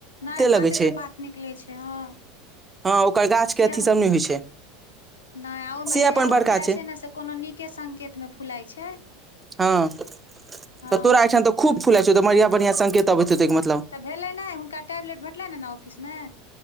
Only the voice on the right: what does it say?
लगै छै
हँ ओकर गाछ
के अथी सब नहि होइ छै
से
अपन
बड़का
हँ
तऽ तोरा अयठान तऽ खूब फुलाइ छौ, तऽ बढ़ियां-बढ़ियां संकेत अबैत हेतौ ओय के मतलब।